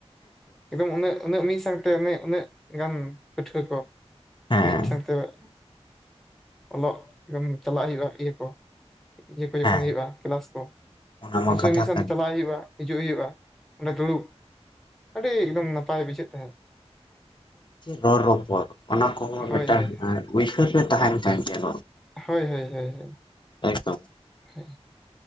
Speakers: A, in the centre; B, on the left (about 45°).
A: ᱮᱠᱫᱚᱢ ᱩᱱᱟᱹᱜ ᱩᱱᱟᱹᱜ ᱢᱤᱫ ᱥᱟᱶᱛᱮ ᱩᱱᱟᱹᱜ ᱩᱱᱟ. ᱜ ᱜᱟᱱ ᱯᱟᱹᱴᱷᱩᱣᱟᱹ ᱠᱚ
B: ᱦᱮᱸ
A: ᱢᱤᱫ ᱥᱟᱶ ᱛᱮ <unintelligible> ᱚᱞᱚᱜ ᱮᱫᱚᱢ ᱪᱟᱞᱟᱜ ᱦᱩᱭᱩᱜᱼᱟ ᱤᱭᱟᱹ ᱠᱚ ᱤᱭᱟᱹ ᱠᱚ ᱡᱚᱠᱷᱚᱱ
B: ᱦᱮᱸ
A: ᱦᱩᱭᱩᱜᱭᱼᱟ ᱠᱮᱞᱟᱥ ᱠᱚ
B: ᱚᱱᱟ ᱢᱟ
A: ᱩᱱ
B: ᱠᱟᱛᱷᱟ
A: ᱥᱚᱢᱚᱭ ᱢᱤᱫ ᱥᱟᱶᱛᱮ
B: ᱠᱟᱱ
A: ᱪᱟᱞᱟᱜ
B: ᱜᱮ᱾
A: ᱦᱩᱭᱩᱜᱼᱟ ᱦᱤᱡᱩᱜ ᱦᱩᱭᱩᱜᱼᱟ ᱚᱸᱰᱮ ᱫᱩᱲᱩᱵ ᱟᱹᱰᱤ ᱮᱠᱫᱚᱢ ᱱᱟᱯᱟᱭ ᱵᱩᱡᱷᱟᱹᱜ ᱛᱟᱦᱮᱸᱜ
B: ᱨᱚᱲ ᱨᱚᱯᱚᱲ ᱚᱱᱟ ᱠᱚᱦᱚᱸ
A: ᱦᱳᱭ
B: ᱢᱤᱫᱴᱟᱝ
A: ᱦᱳᱭ
B: ᱩᱭᱦᱟᱹᱨ ᱨᱮ ᱛᱟᱦᱮᱱ ᱠᱟᱱ ᱡ <inaudible>
A: ᱦᱳᱭ ᱦᱳᱭ ᱦᱳᱭ ᱦᱳᱭ ᱦᱳᱭ
B: ᱮᱠᱫᱚᱢ
A: ᱦᱳᱭ